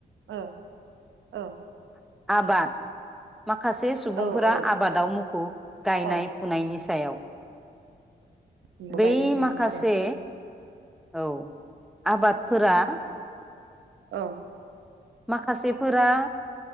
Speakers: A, on the right; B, in the centre.
A: ओ ओ
B: आबाद माखासे सुबुंफोरा
A: औ औ
B: आबादाव मुखुब गायनाय
A: औ
B: फुनायनि सि थायाव
A: नंगौ
B: बै
A: गायनाय फुनायनि
B: माखासे
A: सायाव
B: औ आबादफोरा
A: औ
B: माखासेफोरा